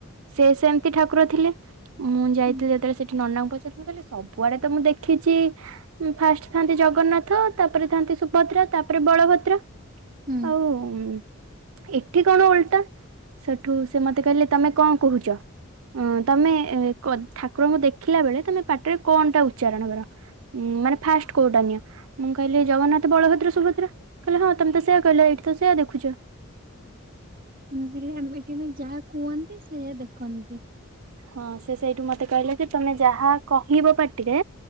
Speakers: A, on the right; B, on the right.
A: ସେ ସେମିତି ଠାକୁର ଥିଲେ ମୁଁ ଯାଇଥିଲି
B: ହୁଁ
A: ଯେତେବେଳେ ସେଠି ନନାଙ୍କୁ ପଚାରିଥିଲି କହିଲେ ସବୁଆଡେ ତ ମୁଁ ଦେଖିଛି ଫାଷ୍ଟ ଥାନ୍ତି ଜଗନ୍ନାଥ ତାପରେ ଥାନ୍ତି ସୁଭଦ୍ରା ତାପରେ ବଳଭଦ୍ର
B: ହୁଁ
A: ଆଉ ଉମ ଏଠି କଣ ଓଲଟା ସେଠୁ ସେ ମତେ କହିଲେ ତମେ କଣ କହୁଚ? ଉଁ ତମେ ଠାକୁରଙ୍କୁ ଦେଖିଲା ବେଳେ ତମେ ପାଟିରେ କଣ ଟା ଉଚ୍ଚାରଣ କର ଉଁ ମାନେ ଫାଷ୍ଟ କୋଉଟା ନିଅ? ମୁଁ କହିଲି ଜଗନ୍ନାଥ, ବଳଭଦ୍ର, ସୁଭଦ୍ରା କହିଲେ ହଁ ତମେ ତ ସେଇଆ କହିଲା ଏଇଠି ତ ସେୟା ଦେଖୁଚ।
B: ମୁଁ କହିଲି ଆମେ <unintelligible> ଯାହା କୁହନ୍ତି ସେଇୟା ଦେଖନ୍ତି।
A: ହଁ ସେ ସେଇଠୁ ମତେ କହିଲେ ଯେ ତମେ ଯାହା କହିବ ପାଟିରେ